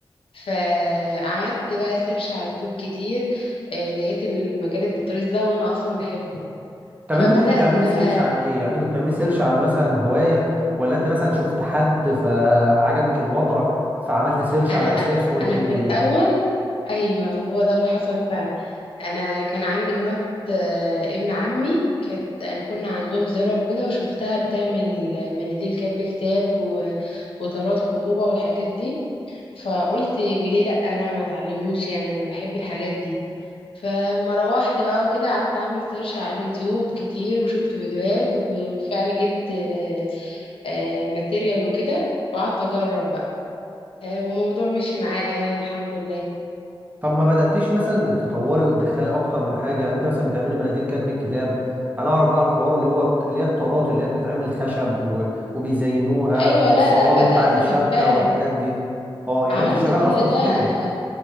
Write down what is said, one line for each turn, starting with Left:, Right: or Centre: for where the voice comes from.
Left: فعملت بقى سيرش على اليوتيوب كتير آه، لقيت المجال التطريز ده وانا اصلا بحبه
Right: طب
Left: فبدات
Right: انت كنت بتعملي
Left: بقى
Right: سيرش عن ايه يعني انت كنت بتعملي سيرش عن مثلا هوايه ولا انت مثلا شفت حد فعجبك الوضع فعملت سيرش
Left: انا
Right: على اساسه ولا
Left: انا
Right: ايه الدنيا
Left: في الاول ايوه هو ده اللي حصل فعلا انا كان عندي مرات آه، ابن عمي كانت انا كنا عندهم زيارة وكده وشفتها بتعمل مناديل كاتب كتاب و- وطارات خطوبة والحاجات دي فقلت وليه لا انا ما اتعلموش يعني انا بحب الحاجات دي فما روحت بقى وكده قعدت اعمل سيرش على اليوتيوب كتير وشفت فيديوهات وبالفعل جبت آه، آه، ماتيريال وكده وقعدت اجرب بقى آه، وموضوع مشي معايا يعني الحمد لله
Right: طب ما بدأتيش مثلا انك تطوري وتدخلي اكتر من حاجه يعني انت مثلا بتعملي مناديل كاتب الكتاب انا اعرف بقى الحوار اللي هو بتا- اللي هي الطارات اللي هي بتتعمل خشب و... وبيزينوها
Left: ايوه
Right: الصواني
Left: لا لا بدأت
Right: بتاع الشبكه
Left: بالفعل
Right: والحاجات دي اه يعني
Left: عملت
Right: انت شغاله
Left: كل
Right: اصلا
Left: ده
Right: في كده
Left: انا